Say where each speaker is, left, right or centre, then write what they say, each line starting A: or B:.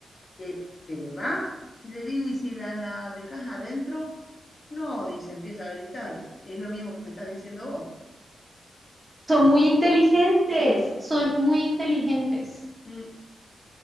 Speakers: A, on the left; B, on the right.
A: que se va y le digo, ¿y si la dejas adentro? No, dice, empieza a gritar. Es lo mismo que me estás diciendo vos.
B: Son muy inteligentes, son muy inteligentes.
A: Mm,